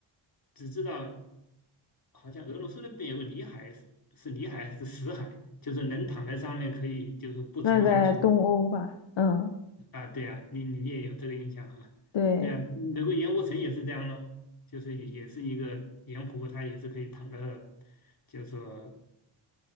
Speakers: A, on the left (about 45°); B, on the left (about 65°).
A: 只知道，好像俄罗斯那边有个里海，是里海还是死海，就是人躺在上面可以，就是不沉下去，
B: 那在东欧吧，
A: 嘛。
B: 嗯，
A: 啊，对啊，你你也有这个印象哈？
B: 对，
A: 对啊，美国盐湖城也是这样咯，就是也也是一个盐湖，它也是可以躺的，就是说